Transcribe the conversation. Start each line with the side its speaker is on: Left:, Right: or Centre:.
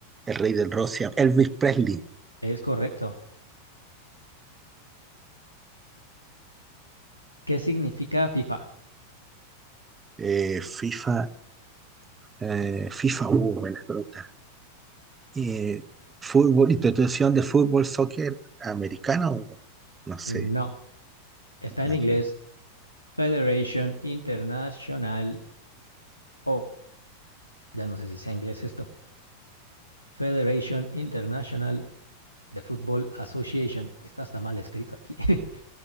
Right: el rey del Rusia, Elvis Presley,
Left: Es correcto. ¿Qué significa FIFA?
Right: eh, FIFA, eh, FIFA, uh, buenas preguntas. Eh, fútbol, institución de fútbol, soccer americano, o no sé.
Left: No. Está
Right: no
Left: en inglés.
Right: sé.
Left: Federation International. Oh, ya no sé si sea inglés esto. Federation International The Football Association. Está hasta mal escrito aquí. <laughs>